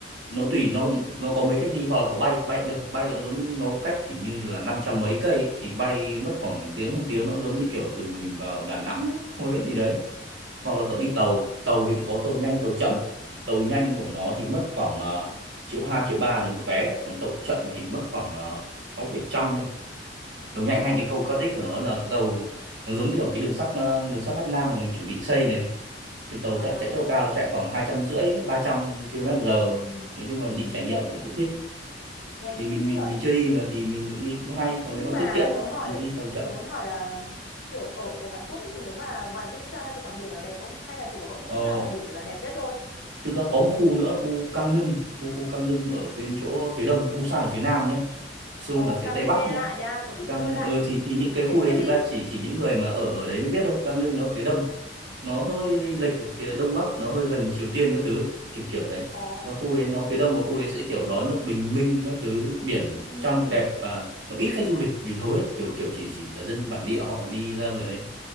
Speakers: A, on the right; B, on the left.
A: nó tùy nó nó có mấy cách đi hoặc là cậu bay bay cũng được bay nó giống nó cách hình như là 500 mấy cây ý, thì bay mất khoảng tiếng hơn tiếng nó giống như kiểu từ mình vào Đà Nẵng Huế gì đấy hoặc là
B: ừ
A: cậu đi tàu tàu thì cũng có tàu nhanh tàu chậm tàu nhanh của nó thì mất khoảng uh, triệu hai triệu ba đến một vé đấy còn tàu chậm thì mất khoảng ờ, sáu bảy trăm thôi tàu nhanh
B: thế
A: hay
B: á
A: cái cầu cao tích của nó là cái tàu nó giống kiểu cái đường sắt ờ, đường sắt Bắc Nam mà mình chuẩn bị xây này này cái tàu
B: à
A: chạy chạy tốc
B: thế
A: độ cao nó chạy khoảng hai trăm rưỡi ba trăm km giờ
B: Ừ,
A: nói chung là đi
B: ừ, nghe
A: trải nghiệm cũng cũng thích
B: nghe
A: vì
B: cũng
A: mình
B: thích đấy
A: mình
B: nhở
A: mình chưa đi mà thì mình cũng đi cũng hay còn
B: nhưng
A: nếu mà
B: mà
A: tiết kiệm
B: tớ hỏi
A: thì đi tàu chậm
B: tớ muốn hỏi là kiểu ở ở Hàn Quốc ấy nếu mà ngoài Busan ra thì còn biển nào đẹp không hay là chỉ có mỗi Busan
A: ờ
B: là biển là đẹp nhất thôi
A: thực ra có một khu nữa khu Cang Nưng khu khu Cang Nưng ở bên chỗ phía đông Busan là phía nam nhá Seoul
B: ồ
A: là phía
B: càng
A: tây
B: đừng
A: bắc
B: nghe
A: nhá
B: lạ nha tớ thích
A: Cang
B: những nơi
A: Nưng
B: lạ
A: ờ, thì thì những cái khu
B: kể
A: đấy
B: tiếp
A: thực
B: đi
A: ra chỉ chỉ những người mà ở ở đấy mới biết thôi Cang Nưng nó phía đông nó hơi lệch về phía đông bắc nó hơi gần Triều Tiên các thứ ấy, kiểu kiểu đấy
B: ồ
A: và khu đấy nó phía đông và khu đấy sẽ kiểu đón được bình minh các thứ biển
B: ừ
A: trong đẹp và nó ít khách du lịch vì hầu hết kiểu kiểu chỉ chỉ là dân bản địa họ đi ra đấy